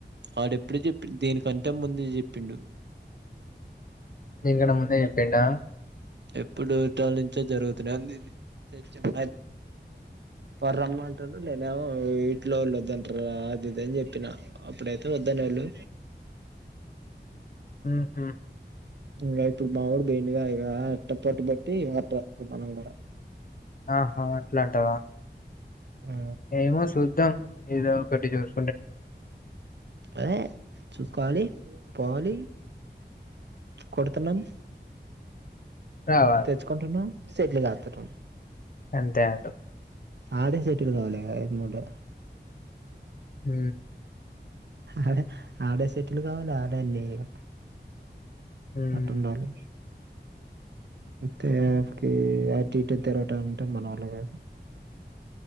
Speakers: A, on the right; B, on the left.
A: ఆడెప్పుడే చెప్పిన్డు దీనికంటే ముందు జెప్పిండు
B: దీని కన్న ముందే జెప్పిండా?
A: ఎప్పుడు టాలనుంచే జరుగుతున్నాయి <unintelligible> వాడు రమంటాడు నినేమో ఇంట్లో వాళ్ళు వద్దంటారు అది ఇది అని చెప్పిన అప్పుడైతే వద్దున్న హలో
B: ఉ హు
A: ఇంకా ఇప్పుడు మావొడు బేండుకాయ ఇగా అట్టు పట్టుబట్టి మనం కూడా.
B: ఆహా అట్లాంటవా
A: ఆ
B: ఏమో చూద్దాం ఏదో ఒకటి జర్
A: <unintelligible> చూస్కోవాలి పోవాలి కొడుతున్నాం
B: రావాలి
A: తెచ్చుకుంటున్నాం సేట్లుకత్తునం
B: అంతే అంటావ్
A: ఆడే సెటిల్ కావాలి ఇగ ఈ మూడు
B: ఉ
A: ఆహ ఆడే సెటిల్ కావాల ఆడే నేరు
B: ఉమ్
A: అట్టుండాలి తెఫ్కి అటు ఇటు తిరగటం అంటే మనవల్ల కాదు <inaudible>